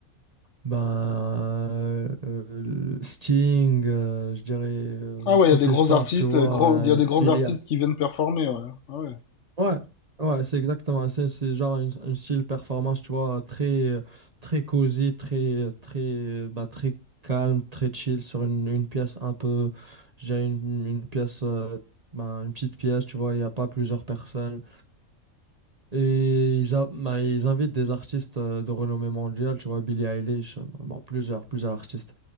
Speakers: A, on the right; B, on the left.
A: ben, euh, le Sting, euh, je dirais, euh,
B: Ah ouais, il
A: toutes
B: y a des
A: les
B: gros
A: stars,
B: artistes,
A: tu vois,
B: euh, gros,
A: euh,
B: il y a des gros
A: Billie
B: artistes qui viennent performer, ouais. Ah ouais.
A: Ouais, ouais, c'est exactement. C'est c'est genre un, un style performance, tu vois, très, euh, très cosy, très, euh, très, euh, bah, très calme, très chill sur une, une pièce un peu, je dirais une, une pièce, euh, bah, une petite pièce, tu vois, il n'y a pas plusieurs personnes. Et ils, a- bah, ils invitent des artistes euh, de renommée mondiale, tu vois, Billie Eilish, euh, bon, plusieurs, plusieurs artistes.